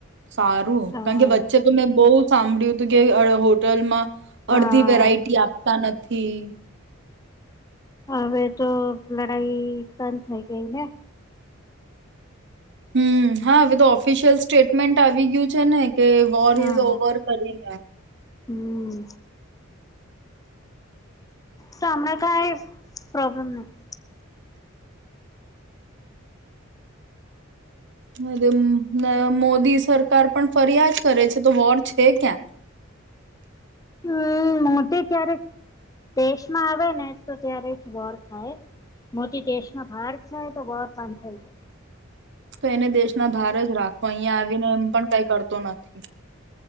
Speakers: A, on the right (about 60°); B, on the left (about 15°).
A: સારું
B: હા
A: કારણ કે વચ્ચે તો મેં બહુ સાંભળ્યું હતું કે હોટલ માં
B: હા
A: અડધી વેરાયટી આપતા નથી ી
B: હવે તો લડાઈ પણ થઈ ગઈ ને
A: હમ હા હવે તો ઓફિશિયલ સ્ટેટમેન્ટ આવી ગયું છે ને કે બોલ
B: હા
A: ઇઝ ઓવર કરી
B: હમ તમણા કઈ પ્રોબ્લેમ નથી
A: હમ મોદી સરકાર પણ ફરિયા જ કરે છે તો વોર છે ક્યાં
B: હમ મોટી ત્યારે દેશમાં આવે ને તો ત્યારે જ વોર થાય મોટી દેશમાં ભાર થાય તો વોર પાં થઈ જાય
A: તો એને દેશના ભાર રાખો અહંયા આવીને એમ પણ ક કર તો નથી.